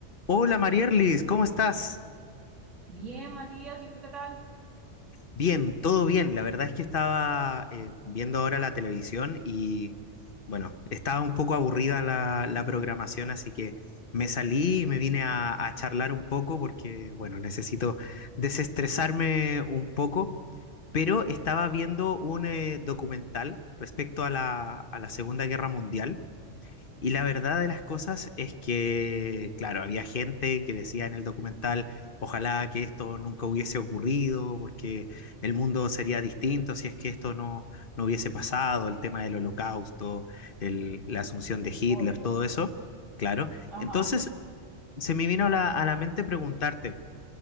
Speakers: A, on the left; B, on the right.
A: Hola Marierlis, ¿cómo estás?
B: Bien, Matías, ¿y tú qué tal?
A: Bien, todo bien. La verdad es que estaba eh, viendo ahora la televisión y bueno, estaba un poco aburrida la, la programación, así que me salí y me vine a, a charlar un poco porque bueno, necesito desestresarme un poco, pero estaba viendo un eh, documental respecto a la, a la Segunda Guerra Mundial Y la verdad de las cosas es que, claro, había gente que decía en el documental, ojalá que esto nunca hubiese ocurrido, porque el mundo sería distinto si es que esto no, no hubiese pasado, el tema del holocausto, el- la asunción de Hitler,
B: Oye,
A: todo eso, claro.
B: ajá,
A: Entonces,
B: <laughs>
A: se me vino la- a la mente preguntarte,